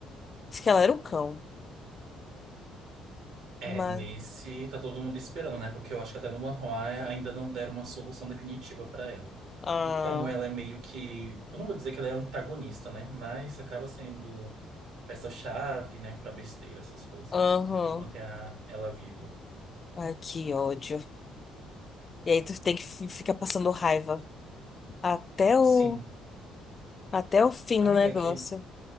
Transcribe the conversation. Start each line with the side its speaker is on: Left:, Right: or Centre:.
Left: Diz que ela era o cão,
Right: É,
Left: mas
Right: nesse tá todo mundo esperando, né? Porque eu acho que até no One ainda não deram uma solução definitiva pra ela.
Left: ah,
Right: E como ela é meio que, eu não vou dizer que ela é antagonista, né? Mas acaba sendo peça-chave, né, Pra besteira essas coisas.
Left: aham.
Right: Então, tem que manter a- ela viva.
Left: Ai, que ódio. E aí tu tem que fi- ficar passando raiva até o
Right: Sim.
Left: Até o fim
Right: Amiga,
Left: do negócio.
Right: é que